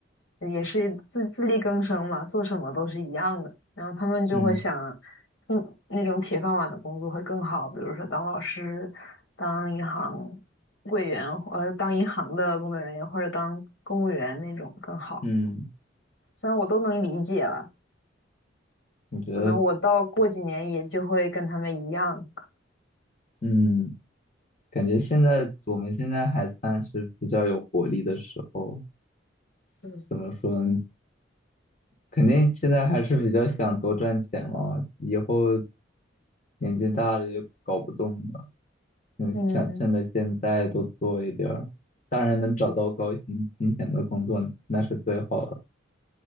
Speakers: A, on the left; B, on the left.
A: 呃也是自自力更生嘛，做什么都是一样的。然后他们就会想，
B: <laughs> 嗯
A: 嗯，那种铁饭碗的工作会更好，比如说当老师、当银行柜员，呃，当银行的工作人员或者当公务员那种更好。
B: 嗯，
A: 虽然我都能理解了。
B: 我觉得。
A: 可能我到过几年也就会跟他们一样。
B: 嗯，感觉现在我们现在还算是比较有活力的时候，
A: 嗯，
B: 怎么说呢？肯定现在还是比较想多赚钱嘛，以后年纪大了就搞不动了，嗯，
A: 嗯，
B: 想趁着现在多做一点儿。当然能找到高薪金钱的工作那是最好了，